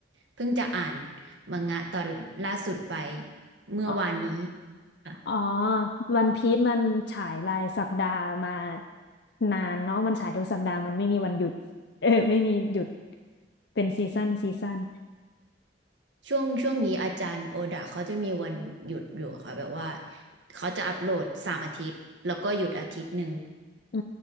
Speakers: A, on the right; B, on the left.
A: เพิ่งจะอ่านมังงะตอนล่าสุดไปเมื่อวานนี้
B: อ๋อ
A: ค่ะ
B: อ๋อวันพีซมันฉายรายสัปดาห์มานานเนาะมันฉายทุกสัปดาห์มันไม่มีวันหยุด <laughs> เออไม่มีหยุด เป็นซีซั่นซีซั่น
A: ช่วงช่วงนี้อาจารย์โอดะเขาจะมีวันหยุดอยู่ค่ะแบบว่าเขาจะอัปโหลดสามอาทิตย์แล้วก็หยุดอาทิตย์หนึ่ง
B: อื